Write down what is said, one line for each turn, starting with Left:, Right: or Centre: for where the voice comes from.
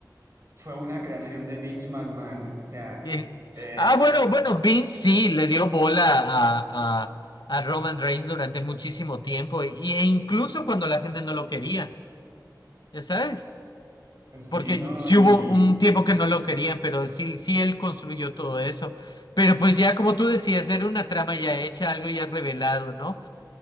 Right: fue una creación de Vince McMahon, o sea,
Left: Eh,
Right: eh,
Left: ah, bueno, bueno, Vince sí le dio bola a, a, a Roman Reigns durante muchísimo tiempo. y- e incluso cuando la gente no lo quería. ¿Ya sabes?
Right: Sí,
Left: porque
Right: ¿no?
Left: sí
Right: Y
Left: hubo un tiempo que no lo querían, pero sí, sí él construyó todo eso. Pero pues ya como tú decías, era una trama ya hecha, algo ya revelado, ¿no?